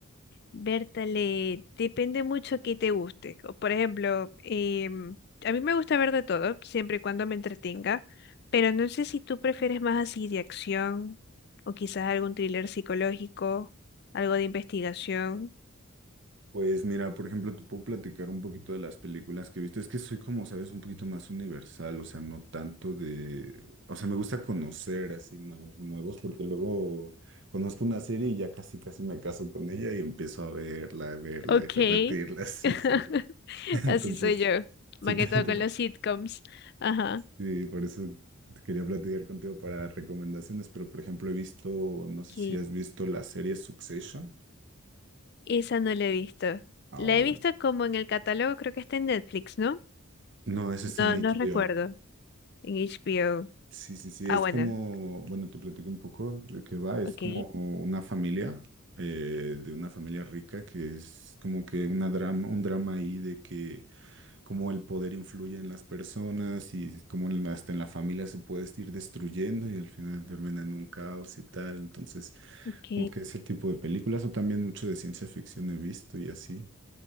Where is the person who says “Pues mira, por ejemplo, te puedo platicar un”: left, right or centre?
Right